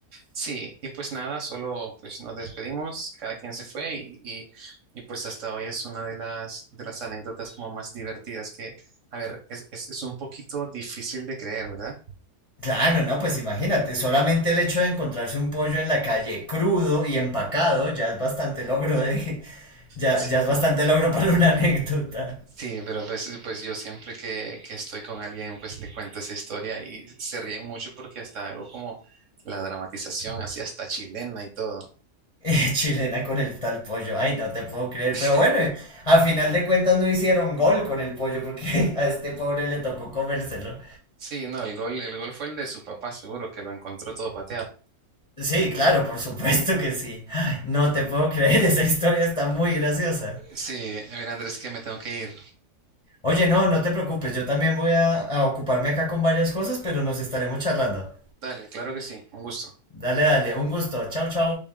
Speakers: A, on the right; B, on the left.
A: Sí, y pues nada, solo pues nos despedimos, cada quien se fue y, y, y, pues hasta hoy es una de las, de las anécdotas como más divertidas que, a ver, es, es, es un poquito difícil de creer, ¿verdad?
B: Claro, no, pues imagínate, solamente el hecho de encontrarse un pollo en la calle crudo y empacado ya es bastante logro de, <laughs> ya,
A: Sí.
B: ya es bastante logro para una <laughs> anécdota.
A: Sí, pero pues, pues yo siempre que, que estoy con alguien, pues le cuento esa historia y se ríen mucho porque hasta algo como la dramatización, así hasta chilena y todo.
B: Eh, chilena con el tal pollo, ay, no te puedo creer,
A: <laughs>
B: pero bueno, eh, a final de cuentas no hicieron gol con el pollo porque <laughs> a este pobre le tocó comérselo.
A: Sí, no, el gol, el gol fue el de su papá, seguro que lo encontró todo pateado.
B: Sí, claro, por supuesto que sí. Ay, no te puedo creer, <laughs> esa historia está muy graciosa.
A: Sí, mira Andrés, que me tengo que ir.
B: Oye, no, no te preocupes, yo también voy a, a ocuparme acá con varias cosas, pero nos estaremos charlando.
A: Dale, claro que sí, un gusto.
B: Dale, dale, un gusto. Chau, chau.